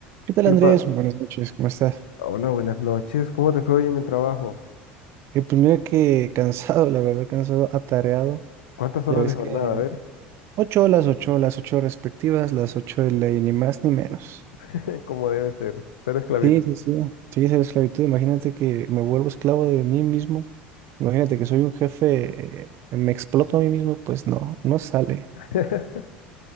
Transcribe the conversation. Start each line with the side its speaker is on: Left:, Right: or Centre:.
Right: ¿Qué tal,
Left: Tipa,
Right: Andrés? Buenas noches, ¿cómo estás?
Left: hola, buenas noches. ¿Cómo te fue hoy en el trabajo?
Right: Eh, pues mira que cansado, la verdad, cansado, atareado.
Left: ¿Cuántas
Right: Ya
Left: horas
Right: ves
Left: de jornada?
Right: que
Left: A ver,
Right: ocho horas, ocho horas, ocho respectivas, las ocho de ley, ni más ni menos.
Left: <laughs> cómo debe ser. Cero esclavito.
Right: Sí, sí, sí. Sí, esa es la esclavitud. Imagínate que me vuelvo esclavo de mí mismo. Imagínate que soy un jefe, eh, me exploto a mí mismo, pues no, no sale.
Left: <laughs>